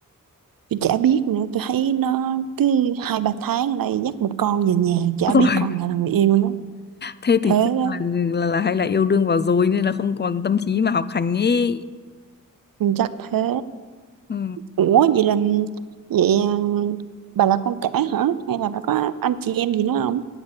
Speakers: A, on the right; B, on the left.
A: tôi chả biết nữa tôi thấy nó cứ hai ba tháng lại dắt một con về nhà chả
B: rồi
A: biết con nào là người yêu nó
B: thế
A: thế
B: thì chắc
A: đó
B: là, là, là hay là yêu đương vào rồi nên là không còn tâm trí mà học hành ý
A: Ừ, chắc thế
B: ừ.
A: Ủa vậy là vậy à, bà là con cả hả? Hay là bà có anh chị em gì nữa không?